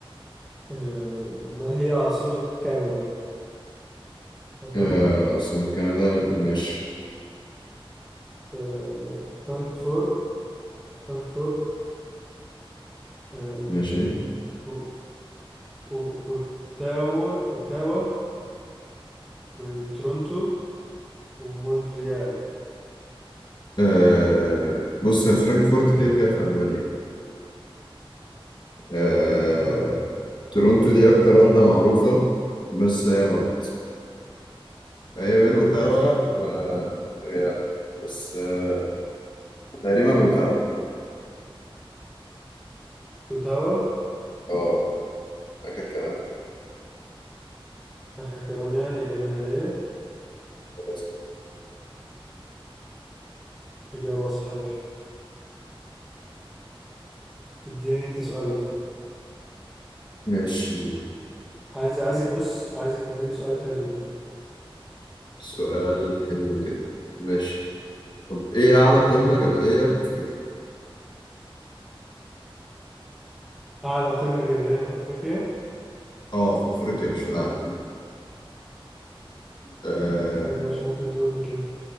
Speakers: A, in the centre; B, on the left.
A: آه، ما هي عاصمة كندا تمام
B: آه، عاصمة كندا ماشي
A: آه، فانكفور فانكفورت آه،
B: ماشي
A: أو- أو- اوتاوا اوتاوا وتورونتو ومونتريال
B: آه، بص يا فرانكفورت كده كده في ألمانيا آه،
A: اه
B: تورونتو دي أكتر واحدة معروفة بس هي غلط هي بين أوتاوا
A: ماشي
B: ومونتريال بس آه، تقريبا أوتاوا
A: وتوا
B: اه آخر كلام
A: آخر كلام يعني إجابة نهائية
B: خلاص كده.
A: إجابة صحيحة اديني أنت سؤال بقى
B: ماشي
A: عايز عايزك بص عايزك تديني سؤال حلو كده
B: سؤال حلو كده ماشي طب ايه اعلى قمة جبلية في افريقيا
A: أعلى قمة جبلية في أفريقيا
B: اه في افريقيا مش في العالم آه
A: طب ماشي ممكن تقول لي كده